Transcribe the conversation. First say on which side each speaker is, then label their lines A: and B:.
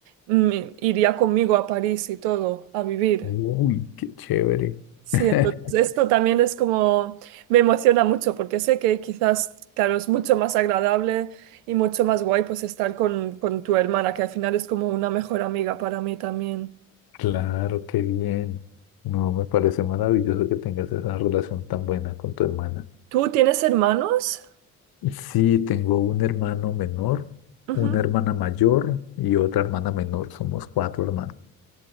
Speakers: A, on the right; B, on the left.
A: mm, iría conmigo a París y todo, a vivir.
B: Uy, qué chévere.
A: Sí,
B: <laughs>
A: entonces esto también es como, me emociona mucho porque sé que quizás, claro, es mucho más agradable y mucho más guay pues estar con, con tu hermana, que al final es como una mejor amiga para mí también.
B: Claro, qué bien. No, me parece maravilloso que tengas esa relación tan buena con tu hermana.
A: ¿Tú tienes hermanos?
B: Sí, tengo un hermano menor,
A: Ujú.
B: una hermana mayor y otra hermana menor. Somos cuatro hermanos.